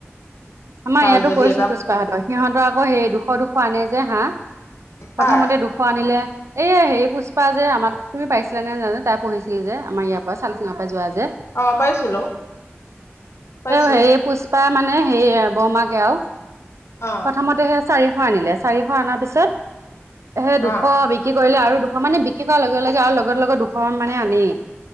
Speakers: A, on the right; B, on the left.
A: আমাৰ
B: ভাল
A: ইয়াতো
B: যদি
A: কৰিছিল
B: এটা
A: পুষ্পাহঁতৰ সিহঁতৰ আকৌ সেই দুশ দুশ আনে যে হাঁহ।
B: কাৰ
A: প্ৰথমতে দুশ আনিলে। এই হেৰি পুষ্পা যে আমাৰ তুমি পাইছিলা নে জানো তাই পঢ়িছিল যে আমাৰ ইয়াৰ পৰা চালচিঙাৰ পৰা যোৱা যে
B: অ পাইছিলো পাইছো
A: এই হে পুষ্পা মানে হে বৰমাক আও
B: অ
A: প্ৰথমতে সেই চাৰিশ আনিলে চাৰিশ আাৰ পিছত এ দুশ
B: অ
A: বিক্ৰী কৰিলে আৰু দুশ দুশ মানে বিক্ৰী কৰোৱাৰ লগে লগে আৰু লগত লগত দুশ মানে আনেই।